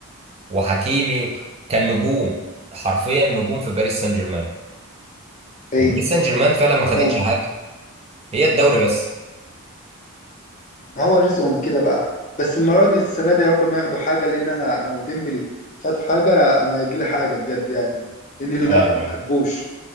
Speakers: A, on the right; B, on the left.
A: وحكيمي و... كان نجوم حرفيا نجوم في باريس سان جيرمان
B: ايوه
A: وباريس سان جيرمان فعلا ما خدتش
B: فاهم.
A: حاجه هي الدوري بس
B: ما هو رزقهم كده بقى بس المرة دي السنة دي يا رب ما ياخدوا حاجة لأن أنا لو ديمبلي خد حاجة أنا هيجيلي حاجة بجد يعني لأني لا
A: ايوه
B: ما
A: أيوة.
B: بحبوش